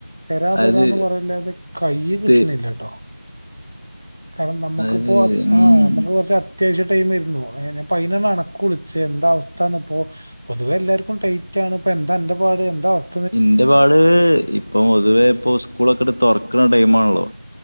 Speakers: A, on the right; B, on the left.
A: തരാ തരാന്ന്
B: അത്
A: പറല്ലാതെ കൈ കിട്ടണില്ലട്ടോ
B: ത്
A: കാരണം നമ്മുക്ക്പ്പോ
B: അത് ഉം
A: ആ നമ്മുക്ക് കുറച്ച അത് അത്യാവശ്യ ടൈംമായിരുന്നു എ അപ്പൊ അയിനൊണ്ടാണ് അണക്ക് വിളിച്ചെ എന്ത അവസ്ഥാന്നപ്പോ പൊതുവെ എല്ലാർക്കും ടൈറ്റാണ്പ്പൊന്താ അന്റെപാട് എന്താ അവസ്
B: എന്റെ പാട് ഇപ്പൊ പൊതുവേ ഇപ്പൊ സ്കൂളൊക്കെ അങ്ങട് തുറക്കണ ടൈമാണല്ലോ